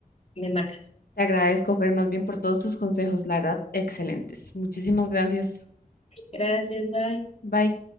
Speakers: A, on the left; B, on the left.
A: me marcas.
B: Te agradezco, Fer, más bien por todos tus consejos, la verdad, excelentes. Muchísimas gracias.
A: Gracias, bye.
B: Bye.